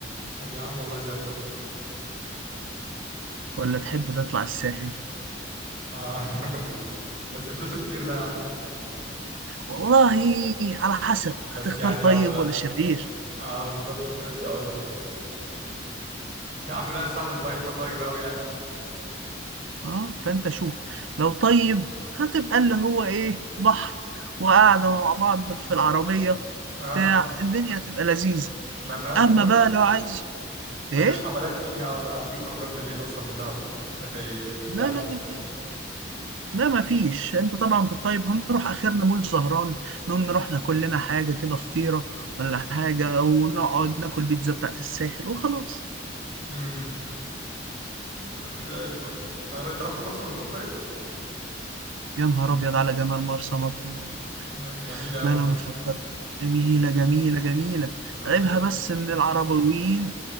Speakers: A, on the right; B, on the right.
A: طب يا عم والله زي الفل
B: ولا تحب تطلع الساحل
A: اه <laughs> بس فلوسه كتير ده يا عم
B: والله على حسب
A: بس
B: هتختار
A: يعني
B: طيب
A: لو
B: ولا شرير
A: اه بالظبط كنت لسه هقول لك يا عم لا الساحل الطيب ده طيب قوي يعني
B: اه فانت شوف لو طيب هتبقى اللي هو ايه بحر وقعدة مع بعض
A: بالظبط
B: في العربية وبتاع
A: اه
B: الدنيا هتبقى لذيذة
A: ما فيهاش
B: اما
A: مرض
B: بقى لو عايز
A: ما
B: ايه
A: فيش حفلات فيها ولا في خروجات بالليل اصلا في دهب طيب. في الساحل
B: لا لا مفيش
A: طيب
B: لا مفيش انت طبعا في الطيب هنروح اخرنا مول زهران نقوم نروح ناكل لنا حاجة كده فطيرة ولا حاجة ونقعد ناكل بيتزا بتاعت الساحل وخلاص
A: امم يا عم زي الفل انا بقى انت رحت مرسى مطروح طيب
B: يا نهار ابيض على جمال مرسى مطروح
A: لا، جميله
B: لا
A: قوي
B: لا ما تفكرني جميلة جميلة جميلة
A: انا
B: عيبها
A: لسه
B: بس ان العربيين